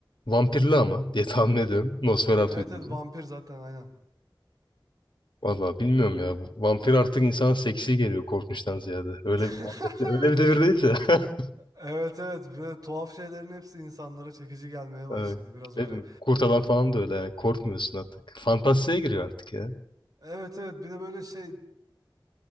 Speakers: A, on the left; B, on the right.
A: Vampirli ama diye <laughs> tahmin ediyorum. Nosferatu
B: Evet
A: deyince.
B: evet vampir zaten aynen.
A: Valla bilmiyorum
B: Bu
A: ya. Bu Vampir artık insana seksi geliyor korkmuştan ziyade. Öyle
B: <laughs>
A: bir muhabbet. Öyle bir devirdeyiz ya. <laughs>
B: Evet evet böyle tuhaf şeylerin hepsi insanlara çekici gelmeye başladı.
A: Evet.
B: Biraz
A: Değil
B: öyle.
A: mi? Kurt adam falan da öyle yani. Korkmuyorsun artık. Fantastiğe giriyor artık ya.
B: Evet evet bir de böyle şey